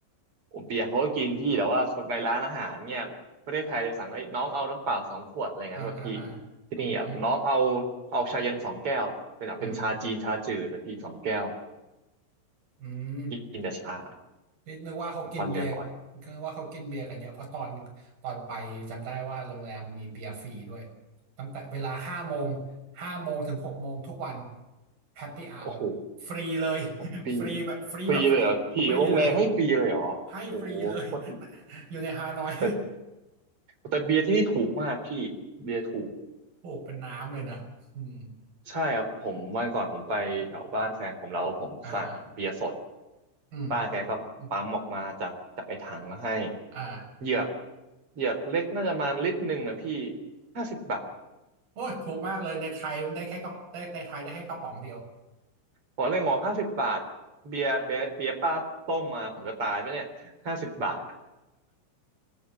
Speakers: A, on the right; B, on the right.
A: ผมเปียกเขาก็กินพี่แต่ว่าไปร้านอาหารเนี่ยประเทศไทยจะสั่งไอ้น้องเอาน้ำเปล่าสองขวดอะไรเงี้ยด้วยพี่
B: <laughs> อ่าอ่าอ่า
A: ที่นี่แบบน้องเอา
B: อืม
A: เอาชาเย็นสองแก้วเป็นแบบเป็นชาจีนชาจืดแต่พี่สองแก้ว
B: อืมอืม
A: กินแต่ชา
B: นี่นึกว่าเขากินเบียร์
A: ฟันเหลืองอ่อย
B: คือว่าเขากินเบียร์กันเยอะ เพราะตอนตอนไปจำได้ว่าโรงแรมมีเบียร์ฟรีด้วย ตั้งแต่เวลาห้าโมงห้าโมงถึงหกโมงทุกวันแฮปปี้อ
A: โอ้โห
B: r วฟรีเลย
A: แฮปปี้
B: <laughs> ฟรีแบบฟรีแบบฟรีฟรีเลย
A: ฟรีเลยเหรอพี่โรงแรมให้ฟรีเลยเหรอโอ้โหโคตรดี
B: ให้ฟรีเลย <laughs> อยู่ในฮานอย
A: แต่แต่เบียร์ที่นี่ถูกมากพี่เบียร์ถูก
B: <laughs> ถูกเป็นน้ำเลยนะอืม
A: ใช่ครับผมวันก่อนผมไปแถวบ้านแฟนผมแล้วผมสั่งเบียร์สด
B: อ่าอ่าอืม
A: ป้าแกก็ปั๊มออกมาจากจากไอ้ถังมาให้
B: อืมอ่า
A: เหยือกเหยือกเล็กน่าจะประมาณลิตรหนึ่งนะพี่ห้าสิบบาท
B: โอ้ยถูกมากเลยในไทยได้แค่กระได้ในไทยได้แค่กระป๋องเดียว
A: ผมเลยงงห้าสิบบาทเบียร์เบียร์เบียร์ป้าต้มมาผมจะตายปะเนี่ยห้าสิบบาท